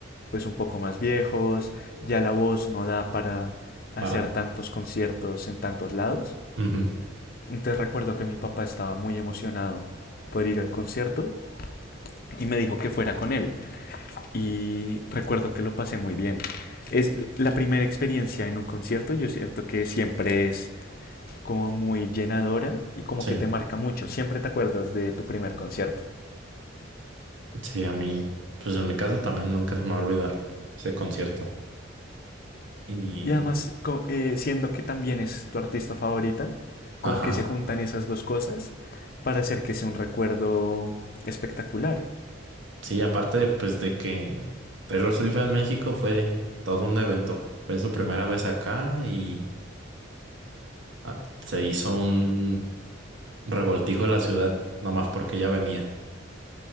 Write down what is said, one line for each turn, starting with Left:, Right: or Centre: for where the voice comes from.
Left: pues un poco más viejos, ya la voz no da para hacer
Right: Para.
Left: tantos conciertos en tantos lados.
Right: ujú,
Left: Entonces recuerdo que mi papá estaba muy emocionado por ir al concierto y me dijo que fuera con él. Y recuerdo que lo pasé muy bien. Es la primera experiencia en un concierto, yo siento que siempre es como muy llenadora y como
Right: Sí.
Left: que te marca mucho. Siempre te acuerdas de tu primer concierto.
Right: Sí, a mí. Pues en mi caso también nunca se me va a olvidar ese concierto. Y.
Left: Y además, eh, siendo que también es tu artista favorita, como
Right: Ajá.
Left: que se juntan esas dos cosas para hacer que sea un recuerdo espectacular.
Right: Sí, aparte, pues de que Taylor Swift en México fue todo un evento. Fue su primera vez acá y ah, se hizo un revoltijo en la ciudad, nomás porque ella venía.